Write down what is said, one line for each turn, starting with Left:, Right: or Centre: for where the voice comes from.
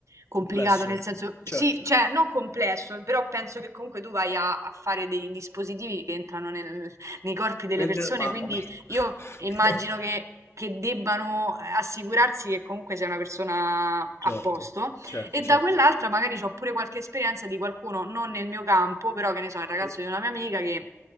Right: complicato,
Left: complesso.
Right: nel senso,
Left: Certo.
Right: sì, cioè, non complesso, però penso che comunque tu vai a, a fare dei dispositivi che entrano nel- nei corpi delle
Left: Nel-
Right: persone,
Left: Mamma
Right: quindi
Left: mia.
Right: io
Left: <laughs>
Right: immagino che che debbano eh, assicurarsi che comunque sia una persona a
Left: Certo,
Right: posto
Left: certo,
Right: e da
Left: certo.
Right: quell'altra magari ho pure qualche esperienza di qualcuno non nel mio campo, però che ne so, il ragazzo
Left: Sì.
Right: di una mia amica che